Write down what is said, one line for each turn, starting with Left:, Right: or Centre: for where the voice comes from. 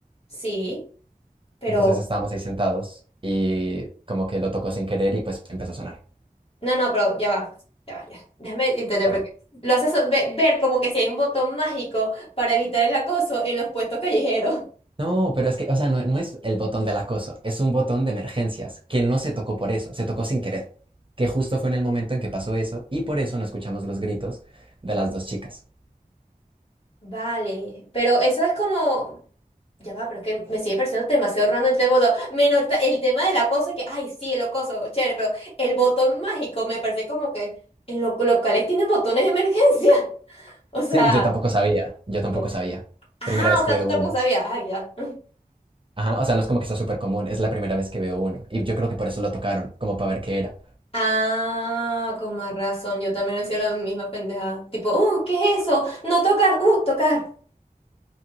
Left: Sí. Pero,
Right: Entonces estábamos ahí sentados y como que lo tocó sin querer y pues empezó a sonar.
Left: no, no, pero ya va, ya va, ya. Déjame intentar
Right: A
Left: porque
Right: ver.
Left: lo haces so- ve- ver como que si hay un botón mágico para evitar el acoso en los puestos callejeros.
Right: No, pero es que, o sea, no, no es el botón del acoso, es un botón de emergencias que no se tocó por eso, se tocó sin querer, que justo fue en el momento en que pasó eso y por eso no escuchamos los gritos de las dos chicas.
Left: Vale, pero eso es como... Ya va, pero es que me sigue pareciendo demasiado random este botón. Menos ta- el tema del acoso, que, ay, sí, el acoso, chévere, pero el botón mágico me parece como que en los locales tienen botones de emergencia. <laughs> O sea,
Right: Sí, yo tampoco sabía, yo
Left: no.
Right: tampoco sabía.
Left: Ah,
Right: Primera vez
Left: o
Right: que
Left: sea,
Right: veo
Left: tú tampoco
Right: uno.
Left: sabías. Ay, ya.
Right: Ajá, o sea, no es como que sea súper común, es la primera vez que veo uno y yo creo que por eso lo tocaron, como para ver qué era.
Left: Ah, con más razón. Yo también decía la misma pendejada. Tipo, uh, ¿qué es eso? No tocar, uh, tocar.